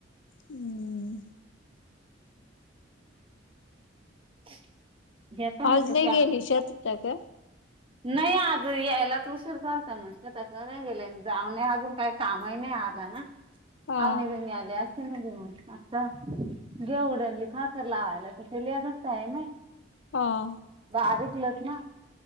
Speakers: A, on the left; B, on the right.
A: हम्म.
B: <unintelligible>
A: आज
B: कशा
A: नाही गेली शेतता का?
B: नाही आज यायलाच उशीर झालता म शेताला नाही गेले जाऊ नये अजून काय कामही नाही आला ना
A: हा
B: अवनि बिवणी आले अस ते म्हणजे म आता गे उडयन लिखाकर लावायला तर तेले अजून टाइम आहे.
A: हा.
B: बारीक लत ना